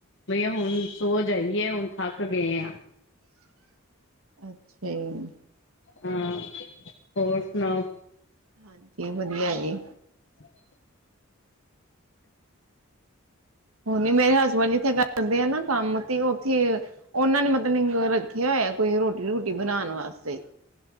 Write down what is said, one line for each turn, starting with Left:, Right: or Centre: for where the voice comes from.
Left: ਬਈਆ ਹੁਣ ਸੋ ਜਾਈਏ ਹੁਣ ਥੱਕ ਗਏ ਆ।
Right: ਅੱਛਿਆ ਜੀ।
Left: ਹਾਂ, ਹੋਰ ਸੁਨਾਓ?
Right: ਹਾਂਜੀ ਵਦੀਆ ਜੀ।
Left: <unintelligible>
Right: ਹੁਨ ਵੀ ਮੇਰੇ ਹਸਬੈਂਡ ਜਿੱਥੇ ਕਰਦੇ ਆ ਨਾ ਕੰਮ ਤੇ ਓ ਓਥੇ ਓਨਾਂ ਨੇ ਪਤਾ ਨੀ ਰੱਖੇਆ ਹੋਏਆ ਕੋਈ ਰੋਟੀ-ਰੂਟੀ ਬਨਾਨ ਵਾਸਤੇ।